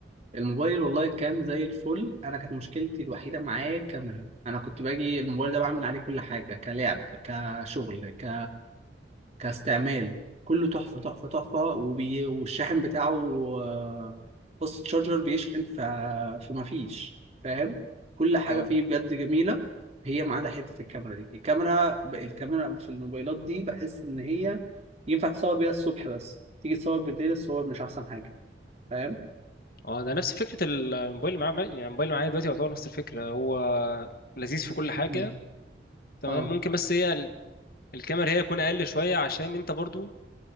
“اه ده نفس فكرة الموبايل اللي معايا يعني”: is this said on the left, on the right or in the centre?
Left